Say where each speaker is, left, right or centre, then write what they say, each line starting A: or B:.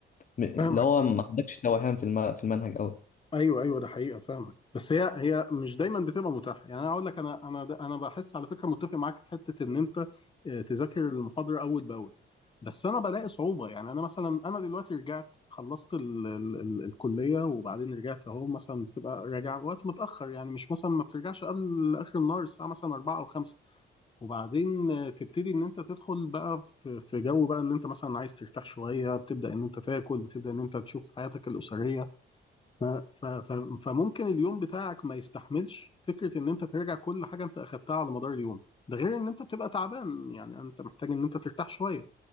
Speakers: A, on the left (about 40°); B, on the left (about 25°).
A: م- اللي
B: فاهمك
A: هو
B: اه
A: ما عندكش توهان في الم... في المنهج قوي
B: ايوه ايوه ده حقيقه فاهمك بس هي هي مش دايما بتبقى متاحه يعني انا اقول لك انا انا ده- انا بحس على فكره متفق معاك في حته ان انت آه، تذاكر المحاضره اول باول بس انا بلاقي صعوبه يعني انا مثلا انا دلوقتي رجعت خلصت ال ال ال الكليه وبعدين رجعت اهو مثلا بتبقى راجع وقت متاخر يعني مش مثلا ما بترجعش قبل اخر النهار الساعه مثلا 4 او 5 وبعدين آه، تبتدي ان انت تدخل بقى في في جو بقى ان انت مثلا عايز ترتاح شويه بتبدا ان انت تاكل بتبدا ان انت تشوف حياتك الاسريه ف- ف- فممكن اليوم بتاعك ما يستحملش فكرة ان انت تراجع كل حاجة انت اخدتها على مدار اليوم ده غير ان انت بتبقى تعبان يعني انت محتاج ان انت ترتاح شوية